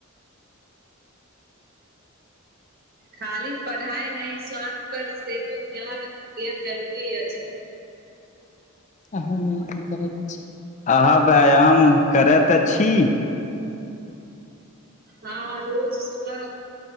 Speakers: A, on the right (about 45°); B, on the left (about 35°).
A: खाली पढ़ाइ नहि स्वास्थ्य पर सेहो ध्यान देएब जरूरी अछि।
B: आहाँ व्यायाम करैत अछि आहाँ व्यायाम करैत अछी।
A: हँ रोज सुबह।